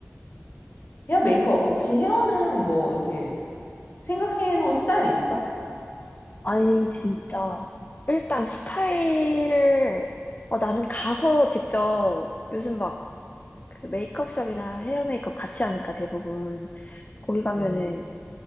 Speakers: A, on the left; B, on the left.
A: 헤어 메이커, 혹시 헤어는 뭐 이렇게 생각해 놓은 스타일이 있어?
B: 아니, 진짜. 일단 스타일을, 어, 나는 가서 직접 요즘 막 그 메이크업샵이나 헤어 메이크업 같이 하니까 대부분 거기 가면은
A: 음,